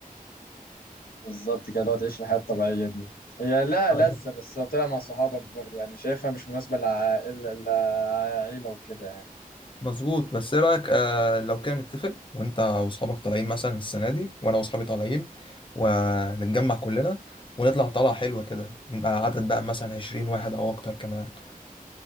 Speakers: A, on the left; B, on the left.
A: بالظبط كده دلوقتي تعيش الحياه الطبيعيه دي هي لا
B: أيوة.
A: لذة بس لو طلع مع صحابك برضه يعني شايفها مش مناسبة لعائلة لعائلة وكده يعني
B: مظبوط بس ايه رايك آه لو كان نتفق وانت واصحابك طالعين مثلا السنه دي وانا واصحابي طالعين ونتجمع كلنا ونطلع طلعه حلوه كده نبقى عدد بقى مثلا 20 واحد او اكتر كمان